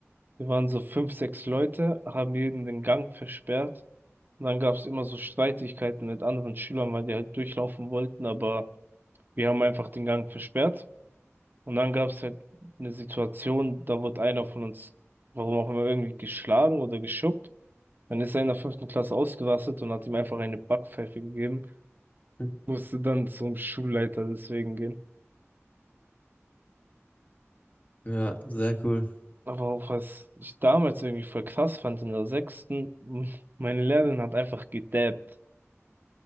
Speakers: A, on the right (about 40°); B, on the left (about 35°).
A: Wir waren so fünf, sechs Leute, haben jeden den Gang versperrt. Und dann gab es immer so Streitigkeiten mit anderen Schülern, weil die halt durchlaufen wollten, aber wir haben einfach den Gang versperrt. Und dann gab es halt eine Situation, da wurde einer von uns, warum auch immer, irgendwie geschlagen oder geschubbt. Dann ist er in der fünften Klasse ausgerastet und hat ihm einfach eine Backpfeife gegeben.
B: <laughs>
A: Musste dann zum Schulleiter deswegen gehen.
B: Ja, sehr cool.
A: Aber auch was ich damals irgendwie voll krass fand in der sechsten, <laughs> m- meine Lehrerin hat einfach gedabbt.